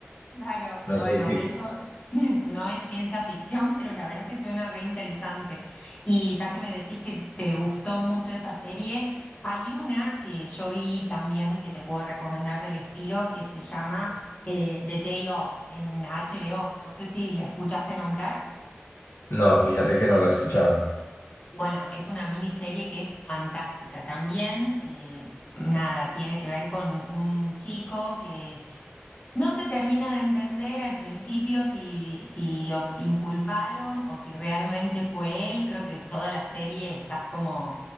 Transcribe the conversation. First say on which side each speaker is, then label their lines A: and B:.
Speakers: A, on the left; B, on the left.
A: Claro,
B: No
A: bueno,
B: sé qué.
A: eso <laughs> <clears throat> no es ciencia ficción, pero la verdad que suena re interesante. Y ya que me decís que te gustó mucho esa serie, hay una que yo vi también que te puedo recomendar del estilo que se llama eh, The Day Of en HBO. No sé si la escuchaste nombrar.
B: No, fíjate que no la he escuchado.
A: Bueno, es una miniserie que es fantástica también. eh, nada, tiene que ver con un chico que No se termina de entender al principio si, si lo inculparon o si realmente fue él. Creo que toda la serie estás como